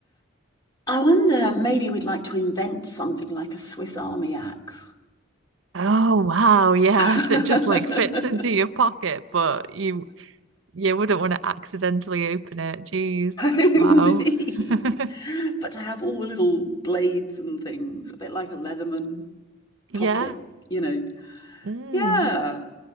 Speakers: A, on the left; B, on the right.
A: I wonder, maybe we'd like to invent something like a Swiss Army axe.
B: Oh wow, yeah,
A: <laughs>
B: <laughs> that just like fits into your pocket, but you you wouldn't want to accidentally open it. Jeez,
A: Indeed.
B: wow. <laughs>
A: But to have all the little blades and things, a bit like a Leatherman
B: Yeah.
A: pocket, you know.
B: Mm.
A: Yeah.